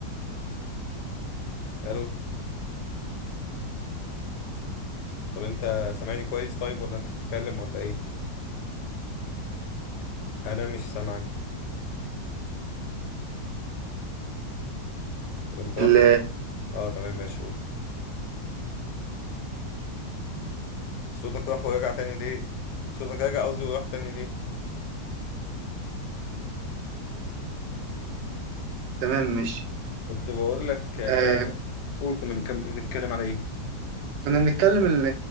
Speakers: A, on the left; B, on the right.
A: الو طب انت سامعني كويس طيب ولا انت بتتكلم ولا ايه انا مش سامعك طب انت رحت
B: ال-
A: فين اه تمام ماشي قول صوتك راح ورجع تاني ليه صوتك رجع قصدي وراح تاني ليه
B: تمام ماشي
A: كنت بقول لك آه،
B: آه
A: كنا بنتكلم- قول كنا بنتكلم بنتكلم على ايه
B: كنا بنتكلم ان